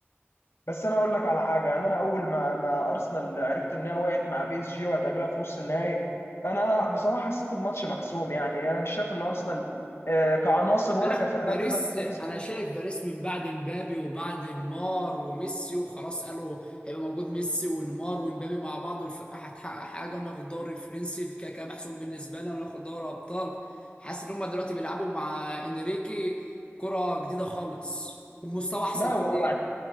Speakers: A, on the left (about 70°); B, on the left (about 25°).
A: بس انا اقول لك على حاجه يعني انا اول ما ما ارسنال عرفت انها وقعت مع بي اس جي وهتقابلها في نص النهائي انا بصراحه حسيت الماتش محسوم يعني انا مش شايف ان ارسنال آه، كعناصر ولا
B: لا
A: كفرقه
B: باريس
A: تقدر تنافس
B: انا شايف باريس من بعد مبابي وبعد نيمار وميسي وخلاص قالوا هيبقى موجود ميسي ونيمار ومبابي مع بعض والفرقه هتحقق حاجه وناخد الدوري الفرنسي كده كده محسوم بالنسبه لنا وناخد دوري ابطال حاسس ان هم دلوقتي بيلعبوا مع انريكي كره جديده خالص ومستوى احسن
A: لا
B: كتير
A: وبعد-